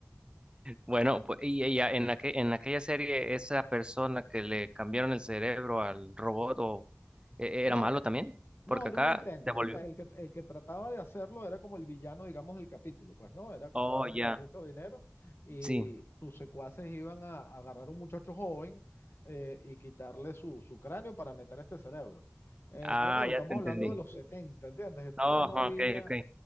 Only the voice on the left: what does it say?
No,
No, era
un intento.
O sea, el que, el que trataba de hacerlo era como el villano, digamos, del capítulo. Pues no, era como
un hombre
de mucho dinero y
sus secuaces iban a, a agarrar a un muchacho joven eh, y quitarle su, su cráneo para meter este cerebro. Eh,
pero claro,
estamos
hablando de los setenta ¿entiendes? Entonces
no había,